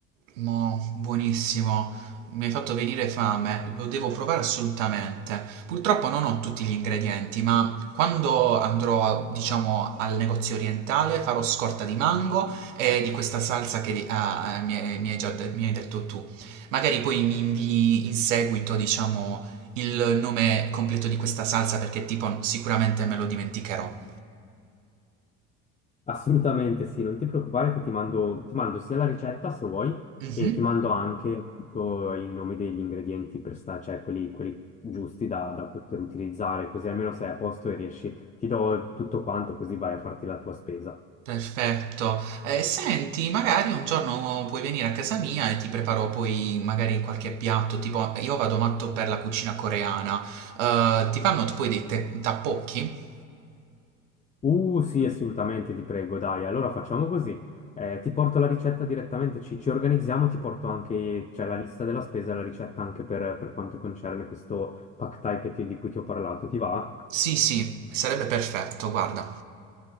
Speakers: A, on the right; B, on the left.
A: Mo, buonissimo. Mi hai fatto venire fame, lo devo provare assolutamente. Purtroppo non ho tutti gli ingredienti, ma quando andrò, diciamo, al negozio orientale farò scorta di mango e di questa salsa che ah, eh, mi hai, mi hai già de- mi hai detto tu. Magari poi mi invii in seguito, diciamo, il nome completo di questa salsa perché tipo sicuramente me lo dimenticherò.
B: Assolutamente sì, non ti preoccupare che ti mando, ti mando sia la ricetta se vuoi
A: Mhm.
B: e ti mando anche tutto il nome degli ingredienti per sta- cioè quelli, quelli giusti da, da poter utilizzare, così almeno sei a posto e riesci, ti do tutto quanto così vai a farti la tua spesa.
A: Perfetto. Eh, senti, magari un giorno puoi venire a casa mia e ti preparo poi magari qualche piatto, tipo io vado matto per la cucina coreana. Eh, ti fanno poi dei te- tappocchi?
B: Uh, sì, assolutamente, ti prego, dai. Allora facciamo così. Eh, ti porto la ricetta direttamente, ci, ci organizziamo, ti porto anche, cioè, la lista della spesa e la ricetta anche per, per quanto concerne questo pack thai che ti- di cui ti ho parlato. Ti va?
A: Sì, sì, sarebbe perfetto, guarda.